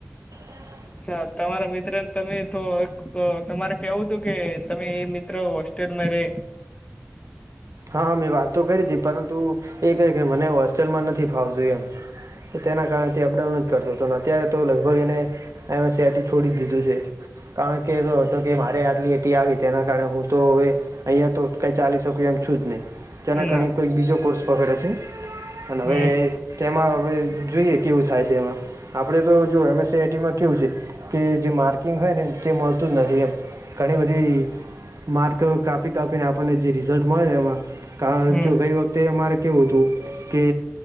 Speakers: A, on the right; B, on the left.
A: <unintelligible>
B: અ્છા તમારા મિત્ર ને તમે તો તમારે કેવું તું કે તમે એ મિત્ર હોસ્ટેલમાં રે
A: હા, હા, મેં વાત તો કરી હતી, પરંતુ એ કહે કે મને હોસ્ટેલમાં નથી ફાવતું, એમ. તેના કારણે તે અપડાઉન જ કરતો હતો, ને અત્યારે તો લગભગ એને એમે સેટી છોડી દીધું છે. કારણ કે એ તો હતો કે મારે આટલી એટી આવી તેના કારણે હું તો અવે અહીયા તો કઈ ચાલી શકું એમ છું જ નઈ, તેના કારણે
B: ના
A: કોઈક બીજો કોર્સ પકડે છે અને હવે
B: હમ
A: તેમાં હવે જોઈએ કેવું થાય છે એમાં. આપડે તો જો એમ એસ આઈટીમાં કેવું છે કે જે માર્કિંગ હોય ને તે મળતું જ નથી એમ, ઘણી બધી માર્ક કાપી કાપીને આપણને જે રિઝલ્ટ મળે ને એમાં, કારણ
B: હમ
A: જો ગઈ વખતે તે અમારે કેવું હતું કે